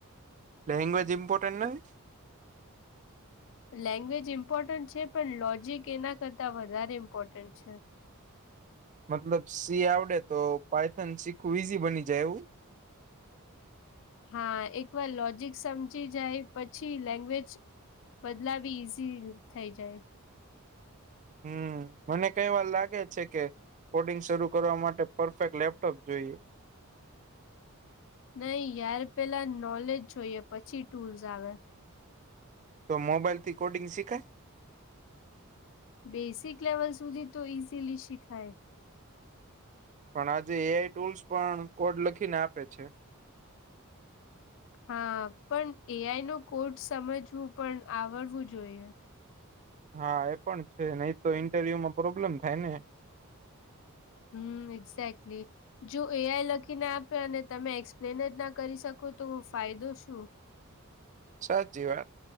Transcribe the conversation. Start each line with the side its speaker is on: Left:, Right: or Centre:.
Right: લેગ્વવેજ ઈમપોટેન્ટ નહી.
Left: લેંગ્વેજ ઇમ્પોર્ટન્ટ છે પણ લોજીક એના કરતા વધારે ઇમ્પોર્ટન્ટ છે.
Right: મતલબ સી આવડે તો પાયથન શીખવુ ઈઝી બની જાય એવું.
Left: હા એકવાર લોજિક સમજી જાય પછી લેંગ્વેજ. બદલાવી ઈઝી થઈ જાય.
Right: હમ મને કઈ વાર લાગે છે કે. કોડિંગ શરૂ કરવા માટે પરફેક્ટ લેપટોપ જોઈએ.
Left: નઈ યાર પેલા નોલેજ જોઈએ પછી ટૂલ્સ આવે.
Right: તો મોબાઈલ થી કોડિંગ શીખાય.
Left: બેસિક લેવલ સુધી તો ઈઝીલી શીખાય.
Right: પણ આજે એ આઈ ટૂલ્સ પણ કોડ લખીને આપે છે.
Left: હા પણ એઆઈ નો કોડ સમજવું પણ આવડવું જોઈએ.
Right: હા એ પણ છે નહી તો ઈન્ટરવ્યુ માં પ્રોબ્લેમ થાય ને.
Left: હમ એક્ઝેક્ટલી. જો એઆઈ લખીને આપે અને તમે એક્સપ્લેન જ ના કરી શકો તો ફાયદો શું.
Right: સાચી વાત.